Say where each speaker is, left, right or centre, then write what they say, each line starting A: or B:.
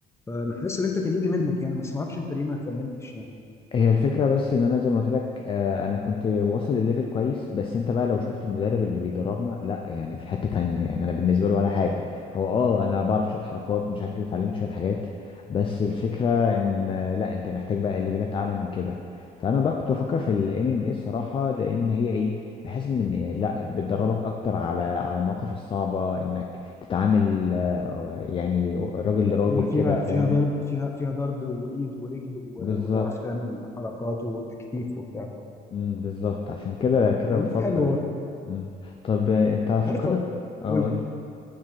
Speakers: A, on the left (about 15°); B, on the left (about 30°).
A: فانا حاسس ان انت كان يجي منك يعني بس ما اعرفش انت ليه ما كملتش يعني
B: هي الفكرة بس ان انا زي ما قلت لك آه، انا كنت واصل لليفل كويس بس انت بقى لو شفت المدرب اللي بيدربنا لا يعني في حتة تانية يعني انا بالنسبة له ولا حاجة هو اه انا بعرف شوية حركات مش عارف ايه اتعلمت شوية حاجات بس الفكرة ان آه، لا انت محتاج بقى ليفلات اعلى من كده فانا بقى كنت بفكر في الام ام اي الصراحة لان هي ايه بحيث ان م- لا
A: <clears throat>
B: بتدربك اكتر على على المواقف الصعبة انك تتعامل آه، يعني راجل لراجل
A: فيها
B: كده
A: فيها
B: فاهم
A: فيها ضرب فيها فيها ضرب وايد ورجل و-
B: بالظبط
A: وتعرف تعمل حركات وتكتيف وبتاع
B: امم بالظبط عشان كده كده
A: والله
B: بفكر
A: حلوه برضه
B: امم طب آه، انت فكرت
A: عارف
B: اه
A: قول
B: قول لي